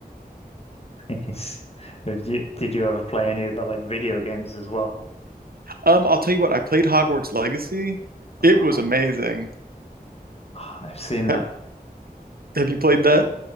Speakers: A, on the left; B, on the right.
A: <laughs> nice. Have you, did you ever play any of the like video games as well?
B: Um, I'll tell you what, I played Hogwarts Legacy.
A: Oh,
B: It was amazing.
A: I've seen that
B: Have have you played that?